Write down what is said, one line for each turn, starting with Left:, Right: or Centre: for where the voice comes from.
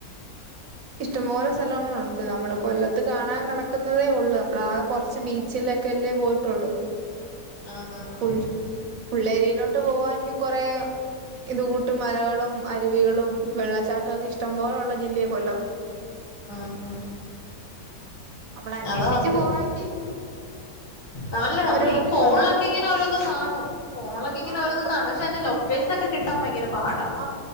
Right: ഇഷ്ടംപോലെ സ്ഥലങ്ങളുണ്ട് നമ്മള് കൊല്ലത്ത് കാണാൻ കിടക്കുന്നതേ ഉള്ളു അപ്പൾ ആ കുറച്ച് ബീച്ചിലൊക്കെ അല്ലേ പോയിട്ടുള്ളു
Left: ആന്ന് ആന്ന്
Right: പുൾ പുള്ളേരിയയിലോട്ട് പോവാണെങ്കിൽ കൊറെ ഇത് കൂട്ട് മലകളും അരുവികളും വെള്ളച്ചാട്ടമൊക്കെ ഇഷ്ടം പോലെയുള്ള ജില്ലയാ കൊല്ലം
Left: ആ ആ
Right: നമ്മൾ അന്വേഷിച്ച്
Left: അത അപ്പേ
Right: പോവാെങ്കിൽ
Left: നല്ല നമ്മളി
Right: ഒരുപാട്
Left: പോണിലൊക്കെ
Right: കാണും
Left: ഇങ്ങനെ ഓരോ ന്ന് കാണും ഫോണൊക്കെ ഇങ്ങ
Right: ആഹ്
Left: നെ ഓരോന്നൊക്കെ കാണും പക്ഷെ അതി ന്റെ ലൊക്കേഷൻ ഒക്കെ കി ട്ടാൻ ഭയങ്കര പാടാ
Right: ആ